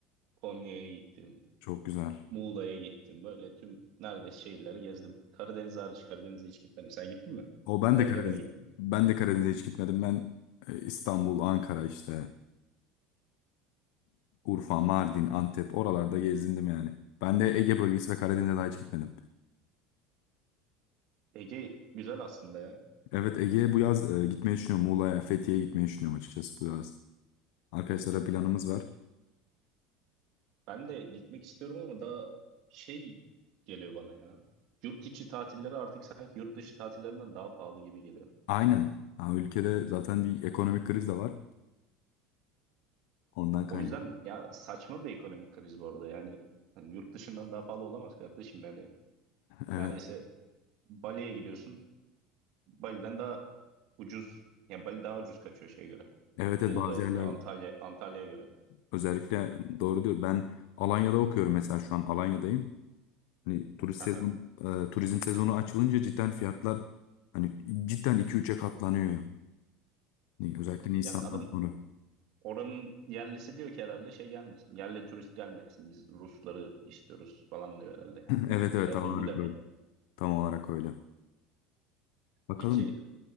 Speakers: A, on the right; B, on the left.
A: Konya'ya gittim,
B: Çok güzel.
A: Muğla'ya gittim. Böyle tüm neredeyse şehirleri gezdim. Karadeniz hariç Karadeniz'e hiç gitmedim. Sen gittin mi?
B: O ben
A: Nerelere
B: de Karadeniz
A: gittin?
B: ben de Karadeniz'e hiç gitmedim. Ben e, İstanbul, Ankara işte Urfa, Mardin, Antep oralarda gezindim yani. Ben de Ege bölgesi ve Karadeniz'e daha hiç gitmedim.
A: Ege güzel aslında ya.
B: Evet Ege'ye bu yaz e, gitmeyi düşünüyorum. Muğla'ya, Fethiye'ye gitmeyi düşünüyorum açıkçası bu yaz. Arkadaşlara planımız var.
A: Ben de gitmek istiyorum ama daha şey geliyor bana ya. Yurt içi tatilleri artık sanki yurt dışı tatillerinden daha pahalı gibi geliyor.
B: Aynen. Ha, ülkede zaten bir ekonomik kriz de var. Ondan kaynak.
A: O yüzden
B: <laughs>
A: ya saçma bir ekonomik kriz bu arada. Yani hani yurt dışından daha pahalı olamaz kardeşim. Yani
B: Evet.
A: neredeyse Bali'ye gidiyorsun. Bali'den daha ucuz. Ya Bali daha ucuz kaçıyor şeye göre.
B: Evet
A: Muğla'ya
B: evet bazı
A: göre,
B: yerlerde
A: Antalya Antalya'ya göre.
B: özellikle doğru diyor. Ben Alanya'da okuyorum mesela şu an Alanya'dayım. Hani turist
A: Aha.
B: sezonu e, turizm sezonu açılınca cidden fiyatlar hani cidden iki üçe katlanıyor. Hani özellikle Nisan'dan
A: Yani adam
B: sonra.
A: oranın yerlisi diyor ki herhalde şey gelmesin. Yerli turist gelmesin. Biz Rusları istiyoruz falan diyor herhalde.
B: <laughs> Evet evet
A: E,
B: tam
A: bu,
B: olarak
A: bu demek.
B: öyle. Tam olarak öyle. Bakalım
A: Peki